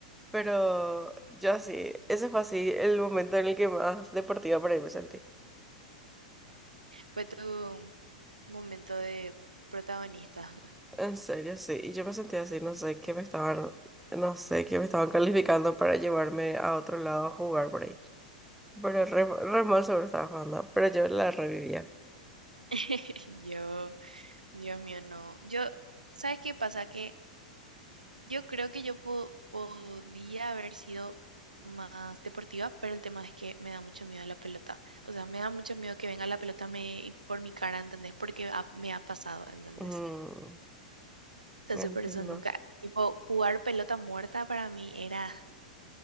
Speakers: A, in the centre; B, on the right.
A: pero yo sí ese fue así el momento en el que más deportiva por ahí me sentí.
B: Fue tu momento de protagonista.
A: En serio, sí. Y yo me sentí así, no sé, que me estaban, no sé, que me estaban calificando para llevarme a otro lado a jugar por ahí. Pero re, re mal sobre estaba jugando, pero yo la revivía.
B: <laughs> Yo Dios mío, no. Yo, ¿sabes qué pasa? Que yo creo que yo po- podía haber sido más deportiva, pero el tema es que me da mucho miedo la pelota. O sea, me da mucho miedo que venga la pelota me, y por mi cara, ¿entendés? Porque ha- me ha pasado, ¿entendés?
A: Mm,
B: Entonces,
A: entiendo.
B: por eso nunca, tipo, jugar pelota muerta para mí era